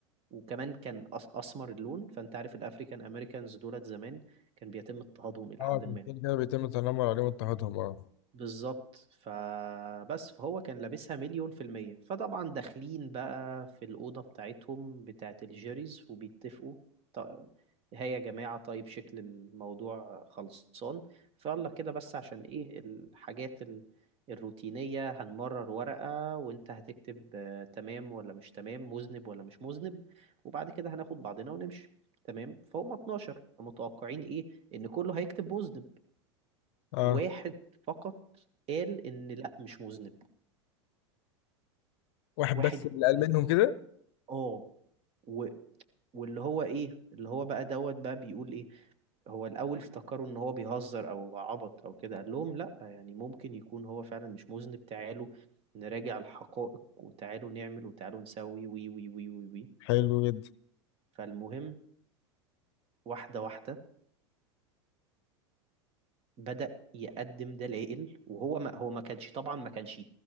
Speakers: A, on the right (about 40°); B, on the left (about 60°).
A: وكمان كان أس- اسمر اللون فانت عارف الافريكان امريكانز دولت زمان كان بيتم اضطهادهم الى
B: اه
A: حد
B: كان
A: ما
B: كده كده بيتم التنمر عليهم واضطهادهم اه
A: بالظبط فبس فهو كان لابسها مليون في المية فطبعا داخلين بقى في الأوضة بتاعتهم بتاعة الجيريز وبيتفقوا ط- هيا يا جماعة طيب شكل الموضوع خلصان فيلا كده بس عشان ايه الحاجات ال- الروتينية هنمرر ورقة وانت هتكتب آه، تمام ولا مش تمام مذنب ولا مش مذنب وبعد كده هناخد بعضنا ونمشي تمام فهم 12 فمتوقعين ايه ان كله هيكتب مذنب
B: اه
A: واحد فقط قال ان لا مش مذنب
B: واحد
A: واحد
B: بس اللي قال
A: بس
B: منهم كده
A: اه و... واللي هو ايه اللي هو بقى دوت بقى بيقول ايه هو الاول افتكروا ان هو بيهزر او عبط او كده قال لهم لا يعني ممكن يكون هو فعلا مش مذنب تعالوا نراجع الحقائق وتعالوا نعمل وتعالوا نسوي وي وي وي وي وي
B: حلو جدا
A: فالمهم واحدة واحدة بدأ يقدم دلائل وهو ما هو ما كانش طبعا ما كانش